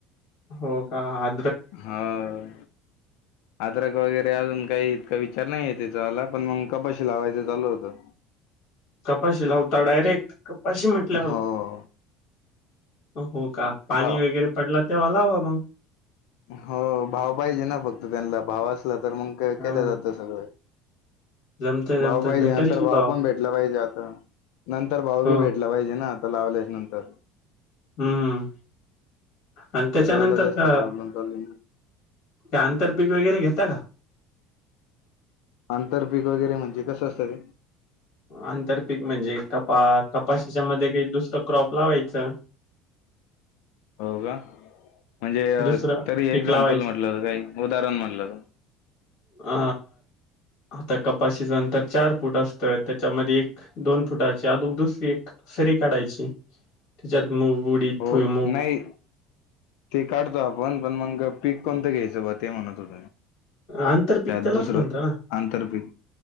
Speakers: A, on the left; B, on the left.
A: हो का अ
B: हा आ पत्रक वगैरे अजून काही इतका विचार नाही आहे त्याचा मला पण मग कपशी लावायचं चालू होतं
A: कपाशी लावता डायरेक्ट कपाशी म्हटल्यावरप
B: हो
A: हो का पाणी
B: भाव
A: वगैरे पडला तेव्हाला हवा मग
B: हो भाव पाहिजे ना फक्त त्यांना भाव असला तर मग
A: हा
B: केलं जातं सगळं
A: जमते जमते
B: भाऊ पाहिजे
A: भेटेल
B: नंतर
A: की
B: भाऊ
A: भाव
B: पण भेटला पाहिजे आता नंतर भाऊ
A: हो
B: बी भेटला पाहिजे ना लावल्या नंतर
A: हम्मम आणि त्याच्यानंतर
B: त्याचावाला जास्त
A: का
B: प्रॉब्लेम चालू
A: ते आंतर पीिक वगैरे घे का
B: आंतरपीिक वगैरे म्हणजे कसं असतं ते
A: आंतरपिक म्हणजे कपा कपाशीच्या मध्ये काही दुसरं क्रॉप लावायचं
B: हो का म्हणजे
A: दुसरं
B: तरी
A: पीक
B: एक्झाम्पल
A: लावायचं
B: म्हटलं काही उदाहरण म्हटलं
A: अ आता कपाशीचं नंतर चार फूट असतंय त्याच्यामध्ये एक दोन फुटाची अदोग दुसरी एक फरी काढायची त्याच्यात पुडीत
B: हो
A: भुईमुग
B: नाही ते काढतो आपण पण मग पीक कोणतं घ्यायचं ब ते म्हणत होत
A: आंतरपीक
B: त्यात
A: त्यालाच
B: दुसरं
A: म्हणता ना.
B: आंतरपिक